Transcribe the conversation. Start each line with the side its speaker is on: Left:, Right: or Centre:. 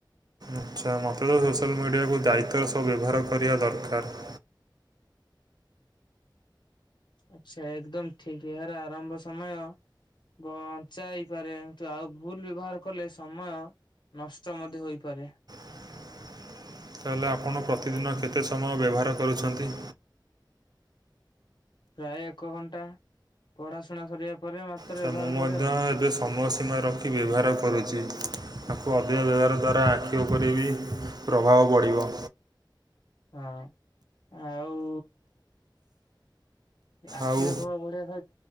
Right: ଆଚ୍ଛା ମୋତେ ତ ସୋସିଆଲ ମିଡ଼ିଆକୁ ଦାୟିତ୍ୱର ସହ ବ୍ୟବହାର କରିବା ଦରକାର। <inaudible>
Left: ଆଚ୍ଛା ଏକଦମ ଠିକ୍ ଏହାର ଆରମ୍ଭ ସମୟ ବଞ୍ଚା ହେଇପାରେ କିନ୍ତୁ ଆଉ ଭୁଲ ବ୍ୟବହାର କଲେ ସମୟ ନଷ୍ଟ ମଧ୍ୟ ହୋଇପାରେ।
Right: <inaudible> ତାହେଲେ ଆପଣ ପ୍ରତିଦିନ କେତେ ସମୟ ବ୍ୟବହାର କରୁଛନ୍ତି?
Left: ପ୍ରାୟ ଏକ ଘଣ୍ଟା ପଢ଼ାଶୁଣା ସରିବା ପରେ ମାତ୍ର
Right: ତ
Left: ବ୍ୟବହାର
Right: ମୁଁ ମଧ୍ୟ
Left: କରେ ଆଉ।
Right: ଏବେ ସମୟ ସୀମା ରଖି ବ୍ୟବହାର କରୁଛି ଅଧିକ ବ୍ୟବହାର ଦ୍ୱାରା ଆଖି ଉପରେ ବି ପ୍ରଭାବ ପଡ଼ିବ।
Left: ହଁ ଆଉ ଆଖି
Right: ଆଉ
Left: <unintelligible> ଫୋନରୁ